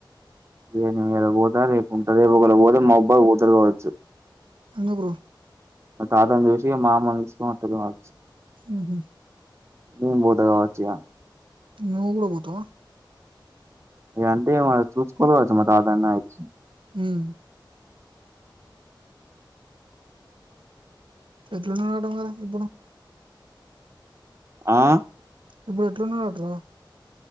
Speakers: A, on the right (about 35°); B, on the right (about 80°).
A: ఇగ నేను పోతా రేపు ఉంటా రేపు ఒకళ్ళ పోతా మోబాద్ పోతరు కావచ్చు
B: ఎందుకురో
A: మా తాతని చూసి మా అమ్మని తీసుకొని అస్తారు కావచ్చు
B: ఉహూ
A: నేను పోతగావచ్చుఇగ
B: నువ్వు కూడా పోతావా
A: ఇగ అంతే ఏమో చూసుకోవచ్చు మా తాత నైచ్
B: ఉమ్ ఎట్లున్నడట మరి ఇప్పుడు
A: ఆ
B: ఇప్పుడు ఎట్లున్నాడటరా